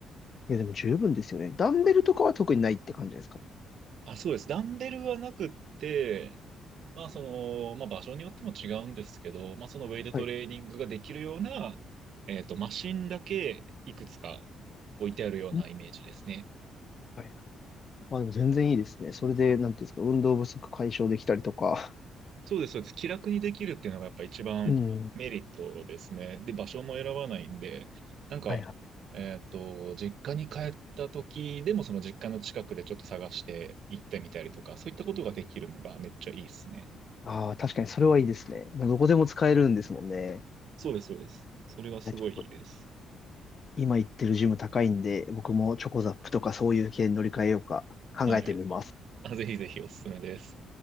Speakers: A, on the left; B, on the right.
A: いや、でも十分ですよね。ダンベルとかは特にないって感じですかね。
B: あ、そうです。ダンベルはなくって、まあ、その、まあ、場所によっても違うんですけど、まあ、そのウェイトトレーニングができるような、
A: はい。
B: えっと、マシンだけいくつか置いてあるようなイメージですね。
A: うんはいはい。まあでも全然いいですね。それで、なんていうんですか、運動不足解消できたりとか。
B: そうです、そうです。気楽にできるっていうのがやっぱ一番メリットですね。
A: うん。
B: で、場所も選ばないんで、なんか、
A: はいはい。
B: えっと、実家に帰った時でもその実家の近くでちょっと探して行ってみたりとか、そういったことができるのがめっちゃいいですね。
A: ああ、確かにそれはいいですね。もうどこでも使えるんですもんね。
B: そうです、そうです。それはすごいいいです。
A: いや、ちょっと、今行ってるジム高いんで、僕もチョコザップとかそういう系に乗り換えようか考えてみます。
B: はい。あ、ぜひぜひおすすめです。